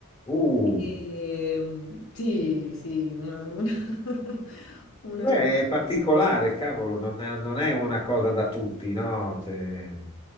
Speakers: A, on the left (about 25°); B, on the left (about 65°).
A: Uh,
B: Ehm, sì, sì, una, una- <laughs> una-
A: beh, è particolare, cavolo, non è, non è una cosa da tutti, no? Cioè,